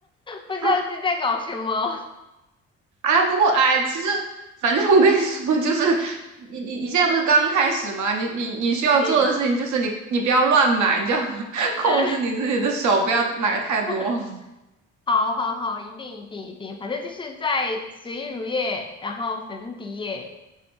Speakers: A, on the left (about 15°); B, on the right (about 70°).
A: 不知道自己在搞什么。
B: 啊，哎，不过哎，其实反正我跟你说，就是你你你现在不是刚开始吗？你你你需要做的事情就是你你不要乱买，
A: 对，
B: 你就要 <laughs> 控制你自己的手，
A: 嗯，
B: 不要买太多。
A: <laughs> 好好好，一定一定一定，反正就是在水乳液，然后粉底液，